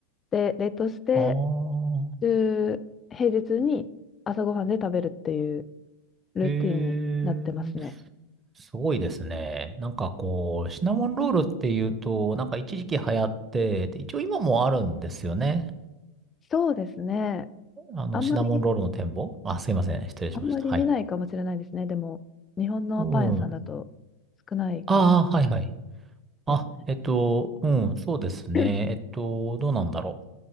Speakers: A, on the left; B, on the right.
A: で、冷凍して、
B: あ。
A: 週、平日に朝ごはんで食べるっていうルーティンになってますね。
B: えー、すごいですね。なんかこう、シナモンロールっていうと、なんか一時期流行って、で、一応今もあるんですよね。
A: そうですね。
B: あの、
A: あんまり、
B: シナモンロールの展望あ、すいません。失礼しました。
A: あんまり見ないかもしれないですね。
B: はい。
A: でも、日本のパン屋さんだと
B: うん。あ
A: 少ないかも
B: あ、はいはい。あ、
A: ですね。
B: えっと、うん、そうですね。
A: <laughs>
B: えっと、どうなんだろ